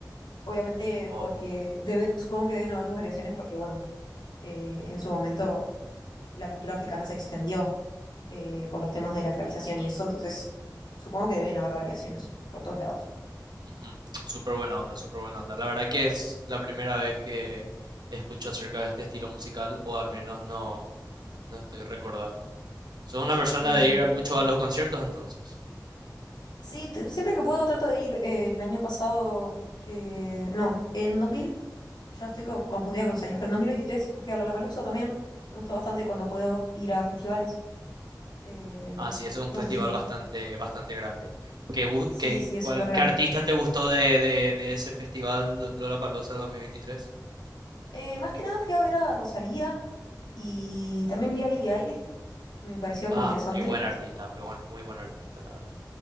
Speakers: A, on the left; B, on the right.
A: Obviamente
B: Oh,
A: porque deben, supongo que deben haber sus variaciones porque, bueno eh, en su momento la cultura africana se extendió eh, por los temas de la esclavización y eso, entonces supongo que deben haber variaciones por todos lados.
B: ujú. Súper buena onda, súper buena onda. La verdad que es la primera vez que escucho acerca de este estilo musical, o al menos no, no estoy recordando. ¿Sos una persona
A: Sí,
B: de
A: sí.
B: ir mucho a los conciertos entonces?
A: Sí, te- siempre que puedo trato de ir. eh, el año pasado, eh, no, en 2000, ya estoy co- confundida con los años, pero en 2023 fui a Lollapalooza también. Me gusta bastante cuando puedo ir a festivales. eh,
B: Ah, sí, eso es
A: no
B: un festival
A: sé si...
B: bastante, bastante grande. ¿Qué, gu-
A: Sí,
B: qué,
A: sí, es
B: cuál-
A: súper grande.
B: qué artista te gustó de, de, de ese festival Lo- Lollapalooza 2023?
A: Eh, más que nada fui a ver a Rosalía y también vi a Billie Eilish. Me pareció
B: Ah,
A: como interesante.
B: qué buen artista, qué buen- muy buen artista, la verdad.